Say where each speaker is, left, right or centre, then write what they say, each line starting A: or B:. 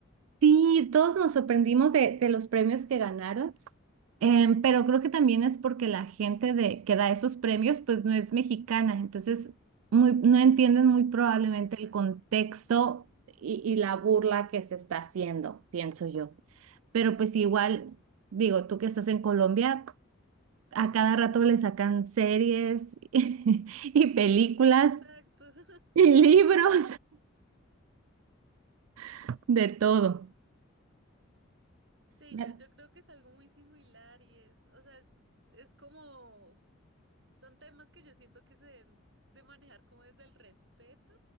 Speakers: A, on the right; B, on the right.
A: sí, todos nos sorprendimos de, de los premios que ganaron, em, pero creo que también es porque la gente de, que da esos premios pues no es mexicana, entonces muy, no entienden muy probablemente
B: Exacto.
A: el contexto y, y la burla que se está haciendo, pienso yo. Pero pues igual, digo, tú que estás en Colombia. a cada rato le sacan series <laughs> y películas
B: Exacto. <laughs>
A: y libros, <laughs> de todo.
B: Sí,
A: Me-
B: yo, yo creo que es algo muy similar y es, o sea, es, es como, son temas que yo siento que se deben de manejar como desde el respeto